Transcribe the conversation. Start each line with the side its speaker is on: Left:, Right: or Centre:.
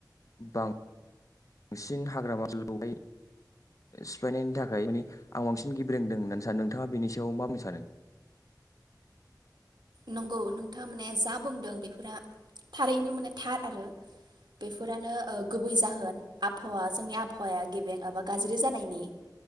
Left: बां बांसिन हाग्रामाओनसोलखौहाय सिफायनायनि थाखाय माने आव बांसिन गेबरोंदों होननानै सानो नोंथाङा बेनि सायाव मा बुंनो सानो
Right: नंगौ नोंथां मोने जा बुंदों बे फोरा थारैनो माने थार आरो बेफोरानो ओ गुबै जाहोन आबहावा जोंनि आबहावाया गेबें एबा गाज्रि जानायनि